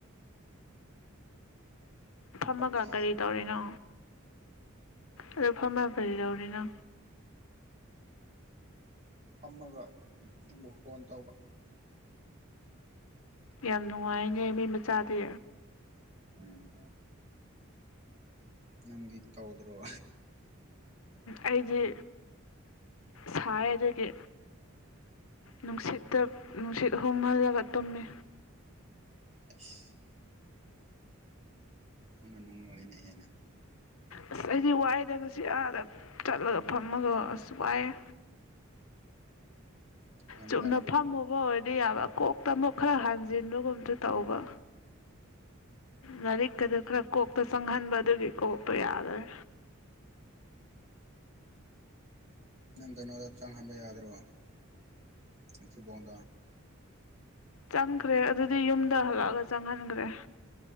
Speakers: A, on the left; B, on the right.
A: ꯐꯝꯃꯒ
B: ꯐꯝꯃꯦ
A: ꯀꯔꯤ ꯇꯧꯔꯤꯅꯣ ꯑꯗꯨ ꯐꯝꯃꯒ ꯀꯔꯤ ꯇꯧꯔꯤꯅꯣ
B: ꯐꯝꯃꯒ ꯅꯪꯕꯨ ꯐꯣꯟ ꯇꯧꯕ
A: ꯌꯥꯝ ꯅꯨꯡꯉꯥꯏꯅꯦ ꯃꯤ ꯃꯆꯥꯗꯤ
B: ꯎꯝ ꯅꯪꯗꯤ ꯇꯧꯗ꯭ꯔꯣ
A: ꯑꯩꯗꯤ ꯁꯥꯏ ꯑꯗꯒꯤ ꯅꯨꯡꯁꯤꯠꯇ ꯅꯨꯡꯁꯤꯠ ꯍꯣꯍꯜꯂꯒ ꯇꯨꯝꯃꯤ
B: <inaudible> ꯅꯪ ꯅꯨꯡꯉꯅꯦ ꯍꯦꯟꯅ
A: ꯑꯁ ꯑꯩꯗꯤ ꯋꯥꯏꯗꯒ ꯁꯤ ꯑꯥꯗ ꯆꯠꯂꯒ ꯐꯝꯃꯒꯣ ꯑꯁ ꯋꯥꯏꯑꯦ
B: ꯌꯥꯝ
A: ꯆꯨꯝꯅ
B: ꯋꯥꯔꯕꯣ
A: ꯐꯝꯃꯕꯣ ꯌꯥꯕ ꯀꯣꯛꯇ ꯑꯃꯨꯛ ꯈꯔ ꯍꯥꯟꯖꯤꯟꯕꯒꯨꯝꯁꯨ ꯇꯧꯕ ꯂꯥꯏꯔꯤꯛꯀꯗꯨ ꯈꯔ ꯀꯣꯛꯇ ꯆꯪꯍꯟꯕ ꯑꯗꯨꯒꯤ ꯀꯣꯛꯇ ꯌꯥꯗꯔꯦ
B: ꯅꯪ ꯀꯩꯅꯣꯗ ꯆꯥꯡꯍꯟꯕ ꯌꯥꯗ꯭ꯔꯣ ꯏꯊꯤꯐꯥꯎꯗ
A: ꯆꯪꯈ꯭ꯔꯦ ꯑꯗꯨꯗꯤ ꯌꯨꯝꯗ ꯍꯜꯂꯛꯑꯒ ꯆꯪꯍꯟꯈ꯭ꯔꯦ